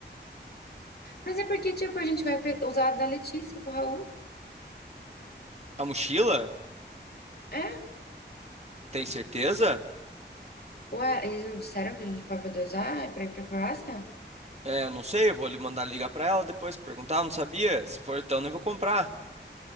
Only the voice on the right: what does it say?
A mochila?
Tem certeza?
É, eu não sei, eu vou lhe mandar ligar pra ela depois, perguntar, eu não sabia. Se for então, nem vou comprar.